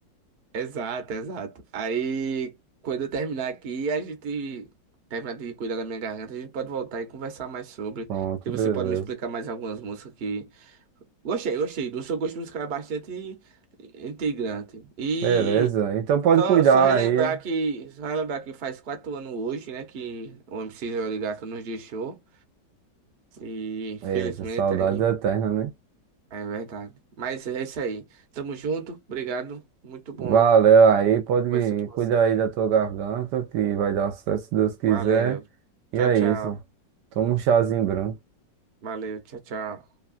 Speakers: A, on the right (about 45°); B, on the right (about 75°).
A: Exato, exato. Aí, quando eu terminar aqui, a gente terminar de cuidar da minha garganta, a gente pode voltar e conversar mais sobre.
B: Pronto,
A: Se você
B: beleza.
A: pode me explicar mais algumas músicas que. Gostei, gostei. Do seu gosto musical é bastante integrante. E
B: Beleza. Então pode
A: só,
B: cuidar
A: só relembrar
B: aí.
A: que. Só relembrar que faz quatro anos hoje, né? Que o MC Joel de Gato nos deixou. E infelizmente
B: Eita, saudades
A: aí.
B: eternas, né?
A: É verdade. Mas é isso aí. Tamo junto. Obrigado. Muito bom
B: Valeu aí, pode
A: conversar com você.
B: cuidar aí da tua garganta, que vai dar sucesso se Deus quiser.
A: Valeu.
B: E
A: Tchau,
B: é
A: tchau.
B: isso. Toma um chazinho branco.
A: Valeu, tchau, tchau.